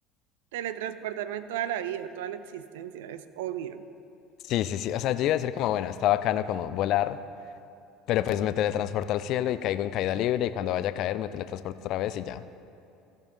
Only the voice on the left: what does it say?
Sí, sí, sí. O sea, yo iba a decir como, bueno, está bacano como volar, pero pues me teletransporto al cielo y caigo en caída libre y cuando vaya a caer me teletransporto otra vez y ya.